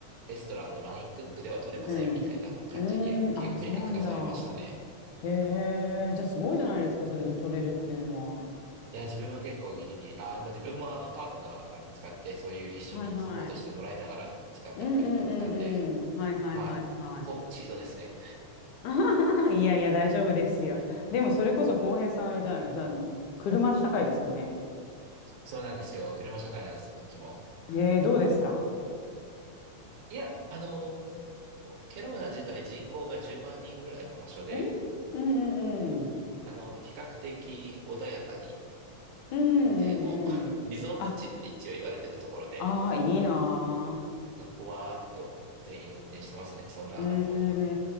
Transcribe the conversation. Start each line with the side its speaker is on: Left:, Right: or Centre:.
Right: レストランのラインクックでは取れませんみたいな感じにけ明確化されましたね。
Left: うん。うーん。あ、そうなんだ。へえ。じゃあすごいじゃないですか、それで取れるっていうのは。
Right: いや、自分も結構ギリギリ。あー、もう自分もあの、パートナーが見つかって、そういう一緒にサポートしてもらいながら見つかったっていうような感じなんで、
Left: はいはい。うんうんうんうん。はいはいはいはい。
Right: まあ、ほぼチートですね。
Left: <laughs> あははいやいや、大丈夫ですよ。でもそれこそ浩平さんあれじゃあ、じゃあ、車社会ですよね。
Right: そうなんですよ。車社会なんですよ、こっちも。
Left: へどうですか
Right: いや、あのーケローナ自体人口が10万人ぐらいの場所で、
Left: んうんうんうん。
Right: あの、比較的穏やかに
Left: うんうんうん。
Right: 運転を、<laughs> リゾート地って一応言われてるところで、
Left: あ、ああ、いいなあ。
Right: ほわーっと全員運転してますね。そんな、
Left: うんうんう
Right: あの